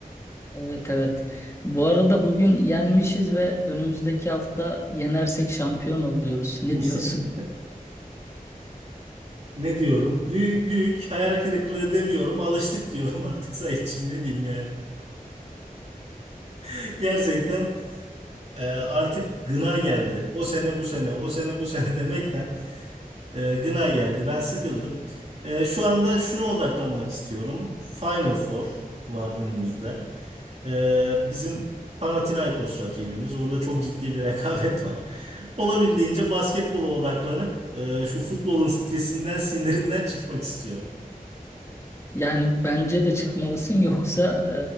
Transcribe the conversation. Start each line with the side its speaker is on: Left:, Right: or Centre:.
Left: Evet evet. Bu arada bugün yenmişiz ve önümüzdeki hafta yenersek şampiyon oluyoruz. Ne
Right: <laughs>
Left: diyorsun?
Right: Ne diyorum? Büyük büyük hayal kırıklığı demiyorum. Alıştık diyorum artık Saitçiğim ne diyeyim yani. <laughs> Gerçekten Ee, artık gına geldi. O sene bu sene, o sene bu sene <laughs> demekten e, gına geldi. Ben sıkıldım. Ee, şu anda şuna odaklanmak istiyorum. Final Four var önümüzde. Ee, bizim Panathinaikos rakibimiz. Orada çok ciddi bir <laughs> rekabet var. Olabildiğince basketbola odaklanıp e, şu futbolun stresinden, sinirinden çıkmak istiyorum.
Left: Yani bence de çıkmalısın yoksa